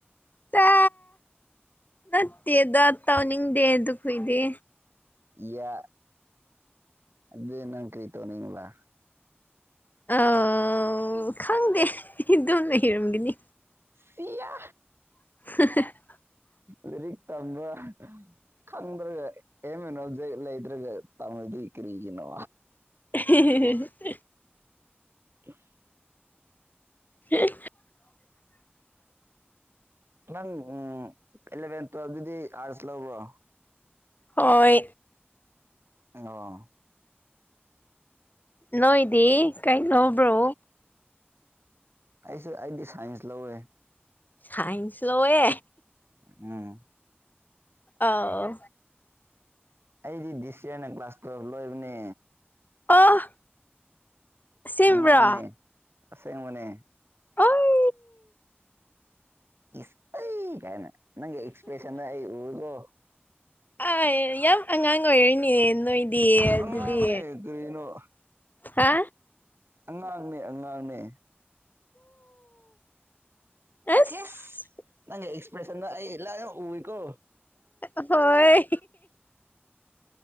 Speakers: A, on the left (about 45°); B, on the right (about 70°).
A: ꯇꯥ ꯅꯠꯇꯦꯗ ꯇꯧꯅꯤꯡꯗꯦ ꯑꯗꯨ ꯈꯣꯏꯗꯤ
B: ꯌꯥ ꯑꯗꯨꯗꯤ ꯅꯪ ꯀ꯭ꯔꯤ ꯇꯧꯅꯤꯡꯕ꯭ꯔꯥ
A: ꯑꯥ ꯈꯪꯗꯦ ꯑꯗꯨꯝ ꯂꯩꯔꯝꯒꯅꯤ
B: ꯁꯤꯌꯥ
A: <unintelligible>
B: ꯂꯤꯔꯤꯛ ꯇꯝꯕ꯭ꯔꯥ ꯈꯪꯗ꯭ꯔꯒ ꯑꯦꯝ ꯑꯦꯟ ꯑꯣꯕꯖꯦꯛ ꯂꯩꯇ꯭ꯔꯒ ꯇꯝꯔꯗꯤ ꯀꯔꯤꯒꯤꯅꯣ
A: <unintelligible>
B: <inaudible>
A: <inaudible>
B: ꯅꯪ ꯎꯝ ꯏꯂꯦꯚꯦꯟ ꯇ꯭ꯋꯦꯜꯚ ꯇꯗꯤ ꯑꯥꯔꯠꯁ ꯂꯧꯕ꯭ꯔꯣ
A: ꯍꯣꯏ
B: <unintelligible>
A: ꯅꯣꯏꯗꯤ ꯀꯩ ꯂꯧꯕ꯭ꯔꯣ
B: ꯑꯩꯁꯨ ꯑꯩꯗꯤ ꯁꯥꯏꯟꯁ ꯂꯧꯋꯦ
A: ꯁꯥꯏꯟꯁ ꯂꯧꯋꯦ
B: ꯎꯝ
A: ꯑꯣ
B: ꯑꯩꯗꯤ ꯗꯤꯁ ꯌꯔꯅ ꯀ꯭ꯂꯥꯁ ꯇ꯭ꯋꯦꯜꯚ ꯂꯣꯏꯕꯅꯦ
A: ꯑꯣ ꯑꯁꯦꯡꯕ꯭ꯔꯣ
B: ꯑꯉꯥꯡꯅꯦ ꯑꯁꯦꯡꯕꯅꯦ
A: ꯑꯣꯏ
B: ꯏꯁ ꯂꯩ ꯀꯥꯏꯅ ꯅꯪꯒꯤ ꯑꯦꯛꯁꯄ꯭ꯔꯦꯁꯟꯗꯣ ꯑꯩ ꯎꯋꯦꯀꯣ
A: ꯑꯥꯢ ꯌꯥꯝ ꯑꯉꯥꯡ ꯑꯣꯏꯔꯤꯅꯦ ꯅꯣꯏꯗꯤ ꯑꯗꯨꯗꯤ
B: ꯑꯉꯥꯡꯅꯦ ꯀꯔꯤꯅꯣ
A: ꯍꯥ
B: ꯑꯉꯥꯡꯅꯦ ꯑꯉꯥꯡꯅꯦ
A: ꯑꯁ
B: ꯁꯦꯁ ꯅꯪꯒꯤ ꯑꯦꯛꯁꯄ꯭ꯔꯦꯁꯟꯗꯣ ꯑꯩ ꯂꯥꯢꯅ ꯎꯋꯤꯀꯣ
A: ꯑꯍꯣꯏ